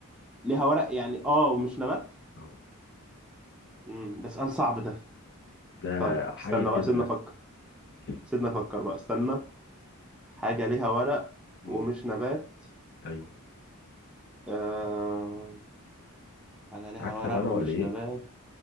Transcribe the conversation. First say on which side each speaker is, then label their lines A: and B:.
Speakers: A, in the centre; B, on the left.
A: ليها ورق يعني اه ومش نبات
B: اه
A: امم ده سؤال صعب ده
B: ده
A: طيب
B: حاجه
A: استنى
B: كده
A: بقى سيبنا افكر
B: ماشي.
A: سيبنا افكر بقى استنى حاجه ليها ورق
B: امم
A: ومش نبات
B: ايوه
A: آه...
B: مم.
A: حاجه ليها
B: هكسب
A: ورق
B: انا
A: ومش
B: ولا ايه
A: نبات